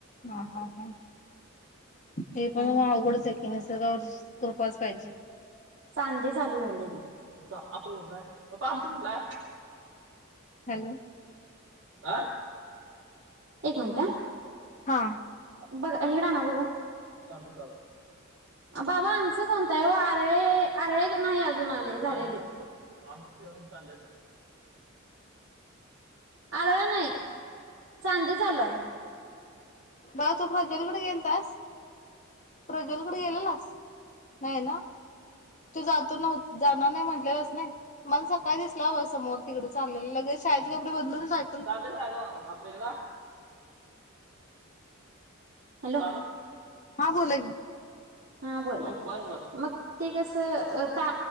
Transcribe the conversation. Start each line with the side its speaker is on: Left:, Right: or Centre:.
Left: ह ह हा. हे पण
Right: ह
Left: अवघडच
Right: ह
Left: आहे की नाही स कृपाच पाहिजे.
Right: चांदे चालू झाले त आपलंठ. पामच म्हुठला
Left: हॅलो
Right: हं. एक मिनटं हा.
Left: हा
Right: बघ हिकड आणा बघू - बाबा आमचं कोणत आहे ओ, आरवे आरवे नाही अजून आले, झालेली. <unintelligible> अराळ नाही, चांदे चालू आहे.
Left: बाळ तू प्रज्वल कडे गेलतास. प्रज्वल कडे गेलेलास. नाही ना, तो जातो नवत जाणार नाही म्हटलेलास नाही, मला सकाळी दिसला बा समोर तिकडे चाललेलं. लगेच शाळेचे कपडे बदलून जात.
Right: चांदे, <unintelligible> आपल्या इकडं. हॅलो.
Left: हा बोला की
Right: हा बोला मग ते कसं, ता